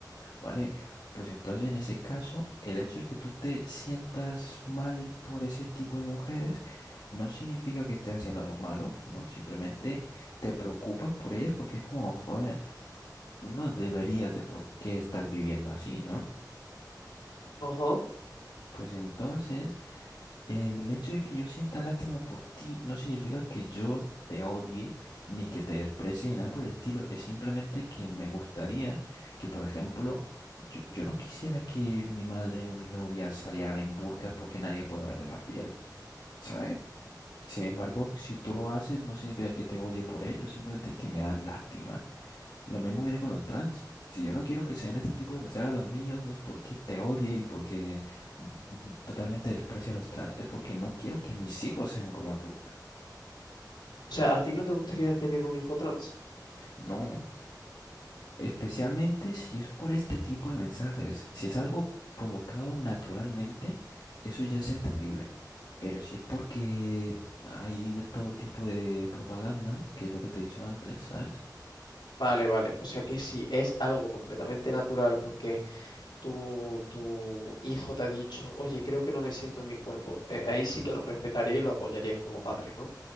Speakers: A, on the left (about 70°); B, on the left (about 85°).
A: Vale, pues entonces en ese caso, el hecho de que tú te sientas mal por ese tipo de mujeres no significa que estés haciendo algo malo, ¿no? Simplemente te preocupas por ellas porque es como, joder, tú no deberías de por qué estar viviendo así, ¿no?
B: Ajá.
A: Pues entonces... El hecho de que yo sienta lástima por ti no significa que yo te odie ni que te desprecie ni nada por el estilo. Es simplemente que me gustaría que, por ejemplo, yo, yo no quisiera que mi madre o mi novia salieran en burkas porque nadie puede verle la piel, ¿sabes? Sin embargo, si tú lo haces, no significa que te odie por ello, simplemente que me das lástima. Lo mismo viene con los trans. Si yo no quiero que sean este tipo de mensajes a los niños, no es porque te odie y porque mm, totalmente desprecie a los trans, es porque no quiero que mis hijos sean como tú.
B: O sea, ¿a ti no te gustaría tener un hijo trans?
A: No, especialmente si es por este tipo de mensajes. Si es algo provocado naturalmente, eso ya es entendible. Pero si es porque hay de todo tipo de propaganda, que es lo que te he dicho antes, ¿sabes?
B: Vale, vale. O sea que sí, es algo completamente natural porque tu, tu hijo te ha dicho, oye, creo que no me siento en mi cuerpo, eh, ahí sí que lo respetaría y lo apoyarías como padre, ¿no?